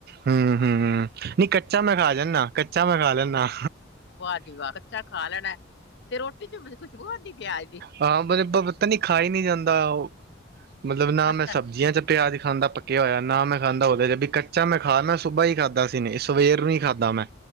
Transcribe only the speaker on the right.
ਹੂੰ ਹੂੰ। ਨਈ ਕੱਚਾ ਮੈਂ ਖਾ ਜਾਂਨਾਂ। ਕੱਚਾ ਮੈਂ ਖਾ ਲੈਂਨਾ।
ਹਾਂ ਪਤਾ ਨੀ, ਖਾਏ ਨੀ ਜਾਂਦਾ। ਓ ਮਤਲਬ ਨਾ,
ਮੈਂ ਸਬਜ਼ੀਆਂ ਚ ਪਿਆਜ ਖਾਂਦਾ। ਪੱਕਿਆ ਹੋਇਆ ਨਾ, ਮੈਂ ਖਾਂਦਾ ਓਦੇ ਬੀ ਕ ਚਾ ਮੈਂ ਖਾਨਾ ਮੈਂ ਸੁਬਾ ਈ ਖਾਧਾ ਸੀ। ਸਵੇਰ ਨੂੰ ਈ ਖਾਧਾ ਮੈਂ।